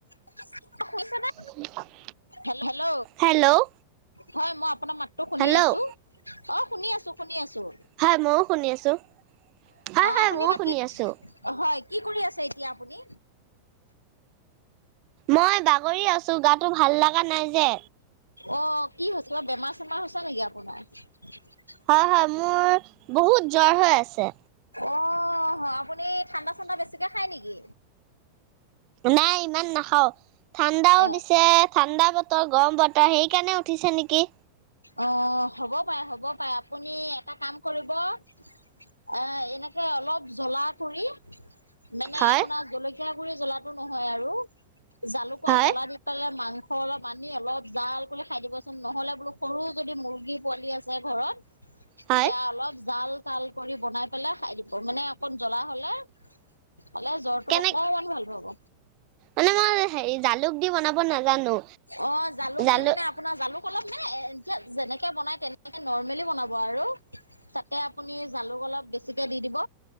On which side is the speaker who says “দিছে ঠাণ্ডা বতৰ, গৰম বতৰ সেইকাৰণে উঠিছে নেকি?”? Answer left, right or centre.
Right